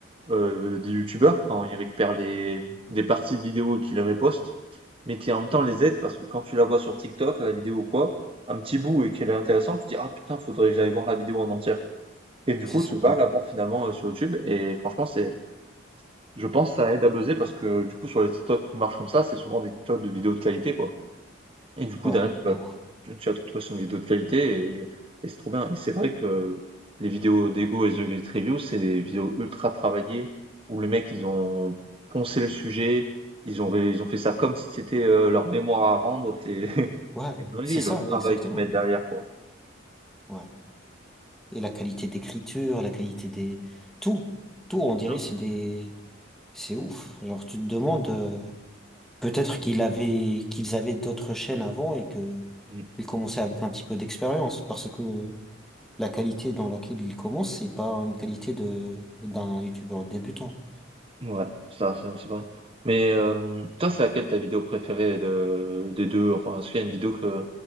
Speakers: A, on the right; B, in the centre.
A: euh, des youtubeurs quand ils récupèrent les, des parties de vidéos et qu'ils les repostent, mais qui en même temps les aident parce que quand tu la vois sur TikTok, la vidéo ou quoi, un petit bout et qu'elle est intéressante, tu te dis ah putain, faudrait que j'aille voir la vidéo en entière. Et du
B: c'est
A: coup,
B: ça,
A: tu vas
B: ouais,
A: la voir finalement euh, sur YouTube et franchement, c'est, je pense, que ça aide à buzzer parce que du coup, sur les TikTok qui marchent comme ça, c'est souvent des TikTok de vidéos de qualité quoi. Et du coup,
B: ouais,
A: derrière, tu vas
B: de ouf.
A: tu tu vas te retrouver sur une vidéo de qualité et et c'est trop bien. Et c'est vrai que les vidéos d'Ego et The Great Review, c'est des vidéos ultra travaillées où les mecs, ils ont poncé le sujet, ils ont ré- ils ont fait ça comme si c'était euh, leur mémoire à rendre. C'est <laughs>
B: Ouais,
A: c'est une dinguerie,
B: c'est ça,
A: le travail
B: exactement.
A: qu'ils mettent derrière, quoi.
B: Ouais. Et la qualité d'écriture, la qualité des, tout, tout,
A: C'est
B: on dirait,
A: ça.
B: c'est des, c'est ouf. Genre, tu te demandes, euh, Peut-être qu'il avait, qu'ils avaient d'autres chaînes avant et que
A: Mm.
B: ils commençaient avec un petit peu d'expérience parce que la qualité dans laquelle ils commencent, c'est pas une qualité de, d'un youtubeur débutant.
A: Ouais, ça, ça, c'est vrai. Mais euh, toi, c'est laquelle ta vidéo préférée de, des deux? Enfin, est-ce qu'il y a une vidéo que,